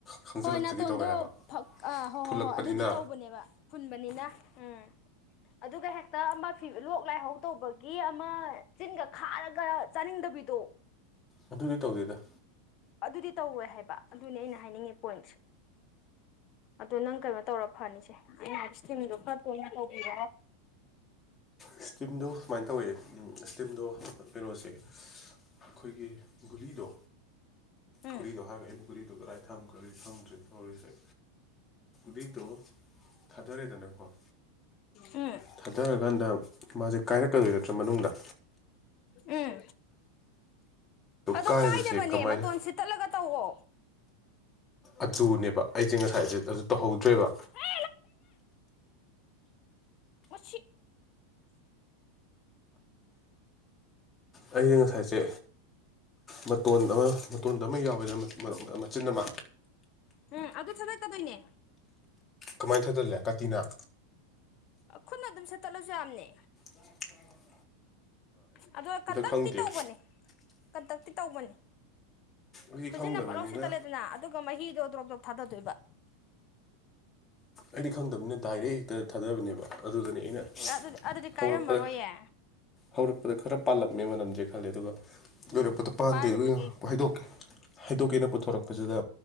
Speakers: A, on the left (about 20°); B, on the left (about 45°).
A: ꯈꯪꯖꯤꯜꯂꯛꯇꯒꯤ
B: ꯍꯣꯏ ꯅꯥꯇꯣꯟꯗꯣ
A: ꯇꯧꯋꯦ ꯍꯥꯏꯕ
B: ꯑꯥ ꯍꯣꯏ
A: ꯐꯨꯜꯂꯛꯄꯅꯤꯅ
B: ꯍꯣ ꯍꯣꯏ ꯑꯗꯨꯗꯤ ꯇꯧꯕꯅꯦꯕ ꯐꯨꯟꯕꯅꯤꯅ ꯎꯝ ꯑꯗꯨꯒ ꯍꯦꯛꯇ ꯑꯃꯤ ꯂꯣꯛ ꯂꯥꯏꯍꯧ ꯇꯧꯕꯒꯤ ꯑꯃ ꯆꯤꯟꯒ ꯈꯥꯔꯒ ꯆꯥꯅꯤꯡꯗꯕꯤꯗꯣ
A: ꯑꯗꯨꯗꯤ ꯇꯧꯗꯦꯗ
B: ꯑꯗꯨꯗꯤ ꯇꯧꯋꯦ ꯍꯥꯏꯕ ꯑꯗꯨꯅꯤ ꯑꯩꯅ ꯍꯥꯏꯅꯤꯡꯉꯦ ꯄꯣꯏꯟꯁꯦ ꯑꯗꯣ ꯅꯪ ꯀꯩꯅꯣ ꯇꯧꯔ ꯐꯅꯤꯁꯦ ꯑꯦ ꯍꯥꯏ ꯏꯁꯇꯤꯝꯗꯣ ꯈꯔ ꯇꯣꯏꯅ ꯇꯧꯕꯤꯔ
A: ꯏꯁꯇꯤꯝꯗꯣ ꯁꯨꯃꯥꯏꯅ ꯇꯧꯋꯦ ꯏꯁꯇꯤꯝꯗꯣ ꯀꯩꯅꯣꯁꯦ ꯑꯩꯈꯣꯏꯒꯤ ꯒꯨꯂꯤꯗꯣ
B: ꯎꯝ
A: ꯈꯨꯔꯤꯗꯣ ꯍꯥꯏꯈ꯭ꯔ ꯑꯩ ꯈꯨꯔꯤꯗꯣ ꯀꯗꯥꯏ ꯊꯝꯈꯔꯤ ꯊꯝꯗ꯭ꯔꯤ ꯇꯧꯔꯤꯁꯦ ꯕꯤꯛꯇꯣ ꯊꯥꯗꯣꯔꯦꯗꯅꯀꯣ
B: ꯎꯝ
A: ꯊꯥꯗꯔꯀꯥꯟꯗ ꯃꯥꯁꯦ ꯀꯥꯏꯔꯛꯀꯗꯣꯏ ꯅꯠꯇ꯭ꯔꯥ ꯃꯅꯨꯡꯗ
B: ꯎꯝ ꯑꯗꯣ
A: ꯀꯥꯏꯕꯁꯦ
B: ꯀꯥꯏꯗꯕꯅꯦ
A: ꯀꯃꯥꯏꯅ
B: ꯃꯇꯣꯟ ꯁꯤꯠꯇꯠꯂꯒ ꯇꯧꯋꯣ
A: ꯑꯗꯨꯅꯦꯕ ꯑꯩꯁꯦ ꯉꯁꯥꯏꯁꯦ ꯑꯗꯨ ꯇꯧꯍꯧꯗ꯭ꯔꯦꯕ
B: ꯍꯦ ꯁꯤ
A: ꯑꯩꯒꯤ ꯉꯁꯥꯏꯁꯦ ꯃꯇꯣꯟ ꯑꯃ ꯃꯇꯣꯟꯗ ꯑꯃ ꯌꯥꯎꯋꯦꯗꯅ ꯃꯆꯤꯟ ꯑꯃ
B: ꯎꯝ ꯑꯗꯨꯁꯨ ꯆꯠꯥꯏ ꯇꯗꯣꯏꯅꯦ
A: ꯀꯃꯥꯏꯅ ꯊꯗꯜꯂꯦ ꯀꯥꯇꯤꯅꯥ
B: ꯈꯨꯠꯅ ꯑꯗꯨꯝ ꯁꯦꯠꯇꯠꯂꯁꯨ ꯌꯥꯝꯅꯤ
A: ꯑ
B: ꯑꯣ ꯀꯟꯇꯛꯇꯤ
A: ꯈꯪꯗꯦ
B: ꯇꯧꯕꯅꯤ ꯀꯟꯇꯛꯇꯤ ꯇꯧꯕꯅꯤ
A: ꯑꯩꯗꯤ
B: ꯈꯨꯖꯤꯟꯅ
A: ꯈꯪꯗꯕꯅꯤꯅ
B: ꯄꯣꯠꯂꯧ ꯁꯤꯠꯇꯠꯂꯦꯗꯅ ꯑꯗꯨꯒ ꯃꯍꯤꯗꯣ ꯗ꯭ꯔꯣꯞ ꯗ꯭ꯔꯣꯞ ꯊꯥꯗꯗꯣꯏꯕ
A: ꯑꯩꯗꯤ ꯈꯪꯗꯕꯅꯤꯅ ꯗꯥꯏꯔꯦꯛ ꯍꯦꯛꯇ ꯊꯥꯗꯕꯅꯦꯕ ꯑꯗꯨꯗꯅꯤ ꯑꯩꯅ
B: ꯑꯗꯨꯗꯤ ꯑꯗꯨꯗꯤ ꯀꯥꯏꯔꯝꯃꯔꯣꯏꯌꯦ
A: ꯍꯧꯔꯛꯄ ꯍꯧꯔꯛꯄꯗ ꯈꯔ ꯄꯥꯜꯂꯝꯃꯦ ꯃꯅꯝꯁꯦ ꯈꯜꯂꯦ ꯑꯗꯨꯒ ꯌꯣꯏꯔꯛꯄꯗꯣ ꯄꯥꯟꯗꯦ
B: ꯄꯥꯏꯔꯨꯕꯒꯤ
A: ꯑꯗꯨꯒ ꯌꯧꯔꯛꯄ ꯍꯥꯏꯩꯗꯣꯛꯀꯦ ꯍꯥꯏꯩꯗꯣꯛꯀꯦꯅ ꯄꯨꯊꯣꯔꯛꯄꯁꯤꯗ